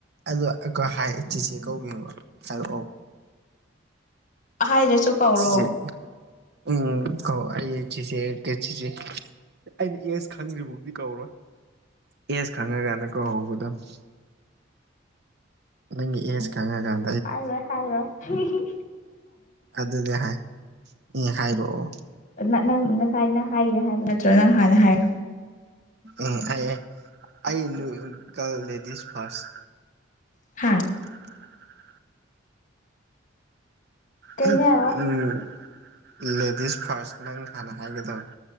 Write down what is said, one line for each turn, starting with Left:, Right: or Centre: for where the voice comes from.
Right: ꯑꯗꯣ ꯑꯩꯈꯣꯏ ꯍꯥꯏ ꯆꯤꯆꯦ ꯀꯧꯒꯦꯕ ꯍꯥꯏꯔꯛꯑꯣ꯫
Left: ꯍꯥꯏꯗ꯭ꯔꯁꯨ ꯀꯧꯔꯣ
Right: ꯆꯤꯆꯦ ꯎꯝ ꯀꯧ ꯑꯩ ꯆꯤꯆꯦꯗ ꯆꯤꯆꯦ꯫ ꯑꯩꯅ ꯑꯦꯁ ꯈꯪꯗ꯭ꯔꯤꯕꯧꯗꯤ ꯀꯧꯔꯣꯏ꯫ ꯑꯦꯁ ꯈꯪꯉꯀꯥꯟꯗ ꯀꯧꯒꯗꯝ ꯫ ꯅꯪꯒꯤ ꯑꯦꯁ ꯈꯪꯉꯒꯥꯟ꯫
Left: ꯍꯥꯏꯔꯣꯏ ꯍꯥꯏꯔꯣꯏ ꯍꯤ ꯍꯤ
Right: ꯑꯗꯨꯗꯤ ꯍꯥꯏ ꯎꯃ ꯍꯥꯏꯔꯛꯑꯣ꯫
Left: ꯅꯅꯪ ꯉꯁꯥꯏꯅ ꯍꯥꯏꯒꯦ ꯍꯥꯏꯕ ꯅꯠꯇ꯭ꯔ ꯅꯪ ꯍꯥꯟꯅ ꯍꯥꯏꯔꯛꯑꯣ ꯫
Right: ꯎꯝ ꯑꯩ ꯑꯩ ꯅꯨ ꯇꯜ ꯂꯦꯗꯤꯁ ꯐꯥꯔꯁ꯫
Left: ꯍꯥꯥ
Right: <unintelligible>
Left: ꯀꯩꯅꯣ
Right: ꯍꯩ
Left: ꯍꯥꯏꯕ
Right: ꯎꯝ ꯂꯦꯗꯤꯁ ꯐꯥꯔꯁ ꯅꯪ ꯍꯥꯟꯅ ꯍꯥꯏꯒꯗꯧꯅꯦ꯫